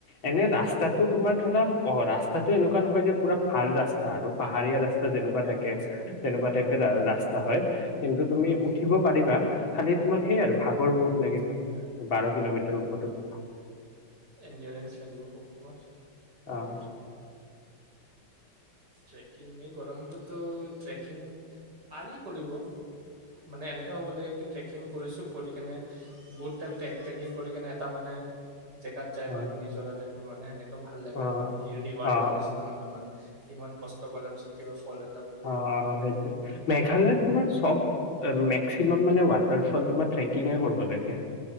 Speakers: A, on the left; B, on the right.
A: এনে ৰাস্তাটো তোমাৰ ধৰা অ ৰাস্তাটো এনেকোৱা নহয় যে পুৰা ভাল ৰাস্তা আৰু পাহাৰীয়া ৰাস্তা যেনেকোৱা থাকে তেনেকোৱা টাইপ ৰাস্তা হয় কিন্তু তুমি
B: অ
A: উঠিব পাৰিবা খালি তোমাৰ সেইয়ে আৰু ভাগৰ বহুত লাগিব৷ বাৰ কিলোমিটাৰ ওপৰত উঠো।
B: এণ্ডয়েৰেঞ্চ লাগিব খুবৰ।
A: অঁ
B: ট্ৰেকিং এই গৰমটোতো ট্ৰেকিং পাৰি কৰিব মানে এনেকোৱা হ'ব লাগে কি ট্ৰেকিং কৰিছো কৰি কেনে বহুত টাইম ট্ৰেকিং কৰি কিনে এটা মানে জেগাত যাই
A: অ
B: পালো নিজৰাতে মানে এনেকে ভাল লাগে
A: অ
B: আৰু মানে কি ৰিৱাৰ্ডৰ
A: অ
B: নিচিনা ন তোমাৰ। কিমান কষ্ট কৰাৰ পিছত কিবা ফল এ
A: অ'অ'সেইটো মেঘালয়ত তোমাৰ চব মে মেক্সিমাম মানে ৱাটাৰ ফল তোমাৰ ট্ৰেকিংয়ে কৰিব লাগে।